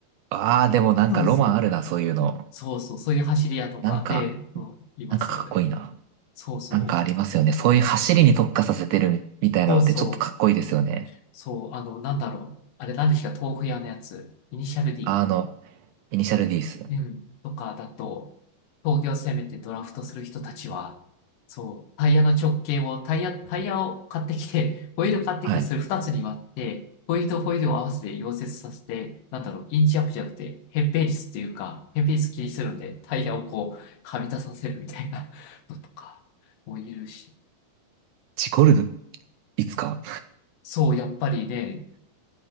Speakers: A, on the right; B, on the left.
A: ああー、でもなんかロマンあるな、
B: そうそう。
A: そういうの。
B: そうそう。そういう走り屋とかで、
A: なんか、
B: うん、いますよね。
A: なんかかっこいいな。
B: そうそう。
A: なんかありますよね。そういう走りに特化させてるみみたいなのってちょっとかっこいいですよね。
B: そうそう。そう。あの、なんだろう。あれ、なんでしたっけ豆腐屋のやつ。イニシャル D。
A: あの、イニシャル D です。
B: うん、とかだと、工業を攻めてドラフトする人たちは、そう、タイヤの直径を、タイヤ、タイヤを買ってきて、ホイール買ってきて、
A: はい。
B: それ2つに割って、ホイールとホイールを合わせて溶接させて、なんだろう、インチアップじゃなくて、扁平率っていうか、扁平率気にするんで、タイヤをこう、はみ出させるみたいなのとかもいるし、
A: ジコルド、いつか。
B: そう、やっぱりね、